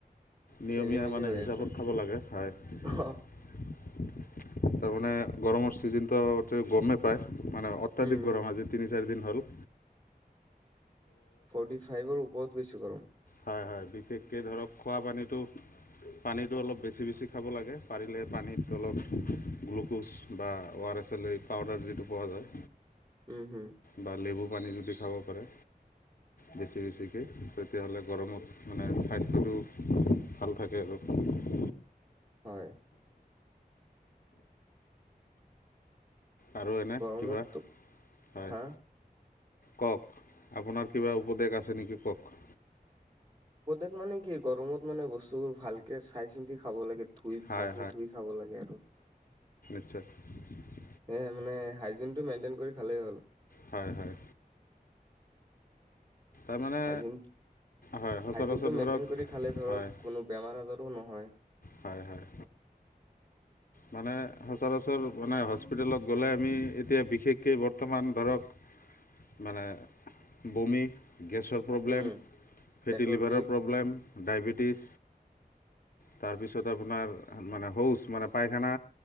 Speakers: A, on the left; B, on the right.
A: নিয়মীয়া
B: খেলি মেলি
A: মানে
B: হৈ
A: হিচাপত
B: আছে
A: খাব লাগে হয়। তাৰমানে
B: অ
A: গৰমৰ ছিজনটো অ গৰমেই পায় মানে অত্যাধিক
B: উম
A: গৰম আজি তিনি চাৰি দিন। আৰু
B: ফৰ্টি ফাইভৰ ওপৰত গৈছোঁ গৰম
A: হয় হয় বিশেষকৈ ধৰক খোৱা পানীটো পানীটো অলপ বেছি বেছি খাব লাগে পাৰিলে পানীত অলপ গ্লুক'জ বা ও আৰ পাচলি পাউদাৰ যিটো পোৱা যায়
B: উম হম
A: বা লেবু পানী যদি খাব। পাৰে
B: <inaudible>
A: বেছি বেছিকৈ তেতিয়াহ'লে গৰমত মানে স্বাস্থ্যটো ভাল থাকে আৰু
B: হয়
A: আৰু এনে
B: গৰমততো
A: কিবা হয়
B: হা।
A: কওক আপোনাৰ কিবা উপদেশ আছে নেকি কওক।
B: প্ৰত্যেক মানে কি গৰমত মানে বস্তুবোৰ ভালকে চাই চিন্তি খাব লাগে ধুই
A: হয়
B: ভালকে ধুই খাব লাগে আৰু
A: ্চাৰ <unintelligible>
B: এ মানে হাইজিনটো মেইনটেইন কৰি খালেই হ'ল
A: হয় হয়। তাৰমানে।
B: হাইজিন
A: হয় সচৰাচৰ
B: হাইজিনটো মেইনটেইন
A: ধৰক
B: কৰি খালে ধৰক
A: হয়
B: কোনো বেমাৰ আজাৰো নহয়।
A: হয় হয় মানে সচৰাচৰ মানে হস্পিটেলত গ'লে আমি এতিয়া বিশেষকৈ বৰ্তমান ধৰক মানে বমি গেছৰ প্ৰব্লেম,
B: উম,
A: ফেটি
B: পেটৰ
A: লিভাৰৰ
B: বিষ
A: প্ৰব্লেম, ডায়বেটিছ তাৰপিছত আপোনাৰ মানে হৌচ মানে পাইখানা